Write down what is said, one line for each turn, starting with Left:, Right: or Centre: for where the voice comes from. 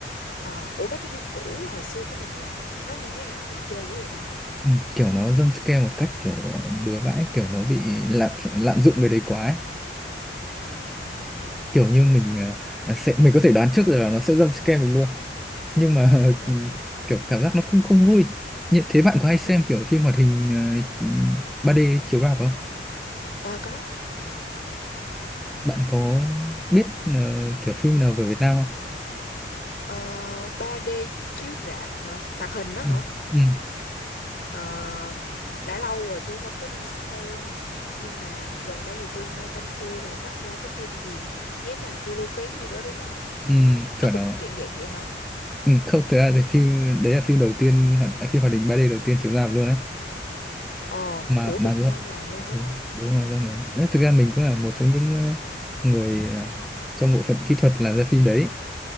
Left: ờ ủa mấy cái phim cũ hồi xưa của mình là nó như thế nào mà bị chê dữ người ta
Centre: ừ, kiểu nó jump scare một cách kiểu ờ, bừa bãi kiểu nó bị lạm lạm dụng cái đấy quá ấy.
Left: à
Centre: kiểu như mình ờ, sẽ mình có thể đoán trước được là nó sẽ jump scare mình luôn nhưng mà <laughs> ờ,
Left: ừ ừ ừ
Centre: kiểu cảm giác nó không không vui như thế bạn có hay xem
Left: ừ
Centre: kiểu phim hoạt hình ờ, 3D chiếu rạp không
Left: à có
Centre: bạn có biết ờ, kiểu phim nào về Việt Nam không
Left: ờ 3D chiếu rạp hả hoạt hình đó hả
Centre: ừ ừ
Left: ờ đã lâu rồi tôi không có đi xem nhưng mà gần đây thì tôi nghe phanh phui là sắp ra cái phim gì Giấy màn phiêu lưu ký gì đó đúng không
Centre: ừ
Left: nó
Centre: chuẩn
Left: cũng
Centre: rồi
Left: dạng dạng vậy hả
Centre: Ừ, không thực ra thì phim đấy là phim đầu tiên hoạt- à, phim hoạt hình 3D đầu tiên chiếu rạp luôn đấy
Left: ồ
Centre: mà
Left: của Việt
Centre: mà do,
Left: Nam làm luôn đúng
Centre: đúng
Left: không
Centre: đúng là do người Đấy, thực ra mình cũng là
Left: ờ
Centre: một trong những ờ, người ờ, trong bộ phận kỹ thuật làm ra phim đấy